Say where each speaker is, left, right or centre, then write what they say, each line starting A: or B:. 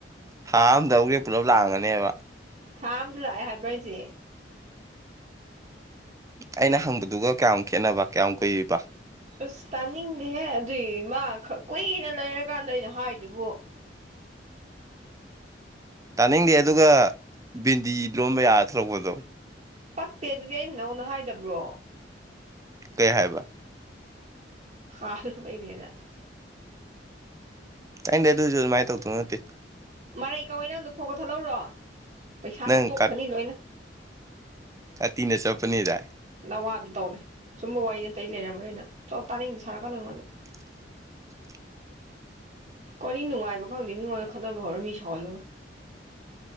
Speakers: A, on the right (about 20°); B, on the right (about 35°).
A: ꯊꯥ ꯑꯝꯗ ꯑꯃꯨꯛꯒꯤ ꯄꯨꯂꯞ ꯂꯥꯡꯑꯝꯒꯅꯦꯕ
B: ꯊꯥ ꯑꯃꯗ ꯂꯥꯛꯑꯦ ꯍꯥꯏꯕ꯭ꯔꯣ ꯑꯩꯁꯦ
A: ꯑꯩꯅ ꯍꯪꯕꯗꯨꯒ ꯀꯌꯥꯝ ꯈꯦꯠꯅꯕ ꯀꯌꯥꯝ ꯀꯨꯏꯕ
B: ꯑꯁ ꯇꯥꯅꯤꯡꯗꯦꯍꯦ ꯑꯗꯨꯏ ꯃꯥ ꯈ ꯀꯨꯏꯅ ꯂꯩꯔꯀꯥꯟꯗ ꯑꯩꯅ ꯍꯥꯏꯗꯨꯕꯨ
A: ꯇꯥꯅꯤꯡꯗꯦ ꯑꯗꯨꯒ ꯚꯦꯟꯗꯤ ꯂꯣꯟꯕ ꯌꯥꯔ ꯊꯂꯛꯄꯗꯣ
B: ꯄꯛꯇꯦ ꯑꯗꯨꯗꯤ ꯑꯩꯅ ꯅꯪꯉꯣꯟꯗ ꯍꯥꯏꯗꯕ꯭ꯔꯣ
A: ꯀꯩ ꯍꯥꯏꯕ
B: ꯈꯜꯕꯅꯦꯅ <inaudible>
A: ꯑꯗꯤ ꯑꯗꯨꯁꯨ ꯑꯗꯨꯃꯥꯏꯅ ꯇꯧꯗꯧ ꯅꯠꯇꯦ
B: ꯃꯔꯩ ꯀꯧꯋꯦ ꯅꯪꯗꯣ ꯐꯣꯟꯒ ꯀꯥꯛꯊꯠꯂꯛꯑꯣꯔꯣ ꯄꯩꯁꯥꯒ
A: ꯅꯪ
B: ꯇꯣꯛꯆꯅꯤ
A: ꯀꯥ-
B: ꯂꯣꯏꯅ
A: ꯀꯥꯇꯤꯅ ꯆꯠꯒꯅꯦꯗꯥꯏ
B: ꯅꯋꯥꯗꯨ ꯇꯧꯔ ꯁꯨꯝꯕ ꯋꯥꯔꯤ ꯑꯇꯩ ꯂꯩꯔꯝꯔꯣꯏꯅ ꯇꯥꯅꯤꯡꯗꯦ ꯁꯥꯔꯛꯀꯅꯣ ꯅꯉꯣꯟꯗ
A: <unintelligible>
B: ꯀꯅꯤ ꯅꯨꯡꯉꯥꯏꯕ ꯈꯪꯗꯦ ꯃꯤꯉꯣꯟꯗ ꯈꯠꯅꯕ ꯍꯧꯔ ꯃꯤ ꯁꯥꯎꯍꯜꯂꯒ